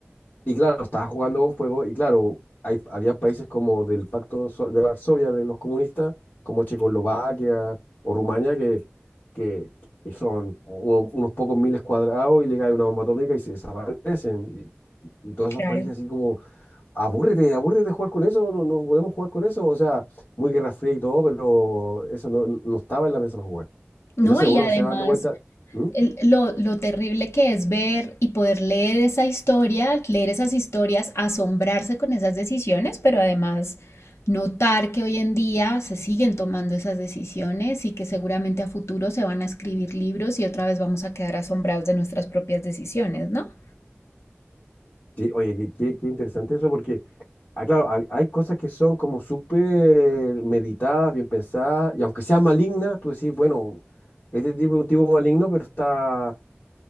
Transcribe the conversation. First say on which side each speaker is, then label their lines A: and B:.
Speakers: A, on the left (about 45°); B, on the left (about 85°).
A: Y claro, estaba jugando con fuego y claro, hay, había países como del Pacto So- de Varsovia de los comunistas, como Checoslovaquia o Rumania, que, que, que son u- unos pocos miles cuadrados y le cae una bomba atómica y se desaparecen. Y, y todos
B: Claro.
A: esos países así como, abúrrete, abúrrete de jugar con eso, no, no podemos jugar con eso. O sea, muy Guerra Fría y todo, pero eso no, no no estaba en la mesa para jugar.
B: No,
A: Entonces
B: y
A: uno
B: además,
A: se va dando vuelta. ¿Mm?
B: el- lo, lo terrible que es ver y poder leer esa historia, leer esas historias, asombrarse con esas decisiones, pero además notar que hoy en día se siguen tomando esas decisiones y que seguramente a futuro se van a escribir libros y otra vez vamos a quedar asombrados de nuestras propias decisiones, ¿no?
A: Sí, oye, qué, qué- qué interesante eso, porque Ah, claro, hay, hay cosas que son como súper meditadas, bien pensadas, y aunque sea maligna, tú decís, bueno, este tipo es un tipo maligno, pero está,